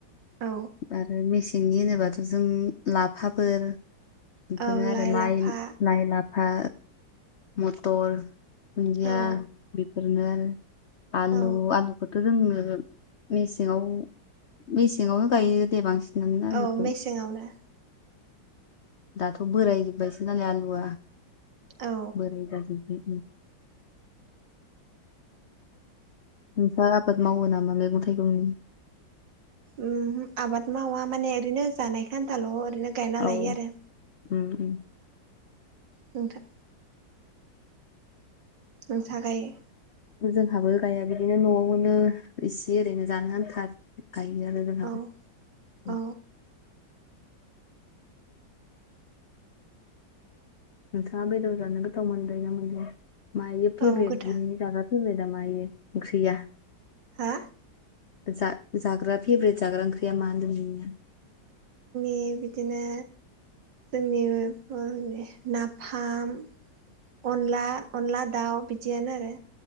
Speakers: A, on the right (about 70°); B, on the left (about 70°).
A: औ
B: आरो मेसेंनि होनोबाथ' जों लाफाफोर बेफोरनो
A: औ
B: आरो लाइ
A: लाफा
B: लाइ लाफा मथर दुन्दिया
A: औ
B: बेफोरनो आरो आलु
A: औ
B: आलुखौथ' जोंङनो मेसेङाव मेसेङावनो गायो दे बांसिन। नो आलुखौ
A: औ मेसेङावनो
B: दाथ' बोरायजोब्बायसो नालाय आलु या
A: औ
B: बोरै जाजोबाय नोंस्रा आबाद मावो नामा मैगं थाइगंनि?
A: ओमहो आबाद मावा माने ओरैनो जानायखो आन्थाल' ओरैनो गायना
B: औ
A: लायो आरो
B: उम उम।
A: नोंथां नोंथाङा गायो?
B: जोंहाबो गाया गोदैनो न'आवनो इसे ओरैनो जानो आन्था गायो आरो जोंहाबो
A: औ औ
B: उम। नोंथाङा बेदर जानो गोथाव मोनजायो ना मोनजाया मायो
A: औ
B: फेभरेट
A: गोथा
B: नोंनि जाजा फेब्रेदा मायो ओंख्रिया
A: हा
B: जा जाग्रा फेब्रेद जाग्रा ओंख्रिया मा होनदों नोंनिया।
A: <unintelligible> बिदिनो जोंनि <unintelligible> नाफाम अनला अनला दाउ बिदियानो आरो